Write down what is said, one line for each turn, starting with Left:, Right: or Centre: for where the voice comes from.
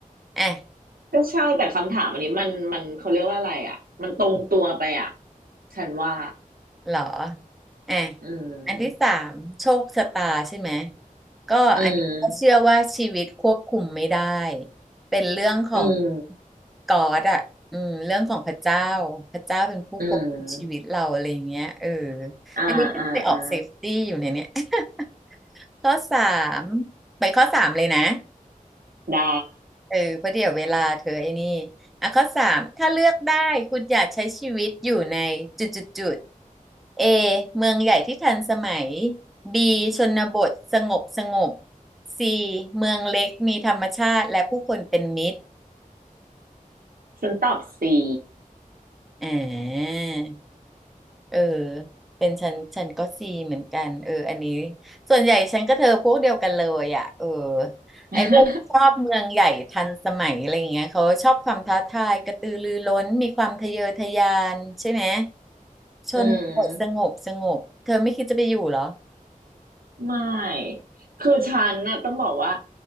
Centre: อ่ะ
Right: ก็ใช่แต่คำถามอันนี้มันมันเขาเรียกว่าอะไรอ่ะมันตรงตัวไปอ่ะฉันว่า
Centre: เหรออ่ะ
Right: อืม
Centre: อันที่สามโชคชะตาใช่ไหม ก็อันนี้ก็เชื่อว่าชีวิตควบคุมไม่ได้
Right: อืม
Centre: เป็นเรื่องของ
Right: อืม
Centre: กอดอ่ะอืมเรื่องของพระเจ้า พระเจ้าเป็นผู้ควบคุมชีวิตเราอะไรอย่างเงี้ยเออ
Right: อืมอ่าอ่าอ่า
Centre: อันนี้ก็ไปออกเซฟตี้อยู่ในเนี้ย <laughs> ข้อสามไปข้อสามเลยนะ
Right: ได้
Centre: เออเพราะเดี๋ยวเวลาเธอไอ้นี่อ่ะข้อสามถ้าเลือกได้คุณอยากใช้ชีวิตอยู่ในจุดจุดจุด A เมืองใหญ่ที่ทันสมัย B ชนบทสงบสงบ C เมืองเล็กมีธรรมชาติและผู้คนเป็นมิตร
Right: ฉันตอบสี
Centre: อ่า เออเป็นฉันฉันก็ซีเหมือนกันเอออันนี้ส่วนใหญ่ฉันก็เธอพวกเดียวกันเลยอ่ะเออ
Right: <laughs>
Centre: ไอ้พวกชอบเมืองใหญ่ทันสมัยอะไรอย่างเงี้ยเขาชอบความท้าทายกระตือรือร้นมีความทะเยอทะยานใช่ไหมชนบทสงบสงบเธอไม่คิดจะไปอยู่เหรอ
Right: อืม ไม่คือฉันน่ะต้องบอกว่า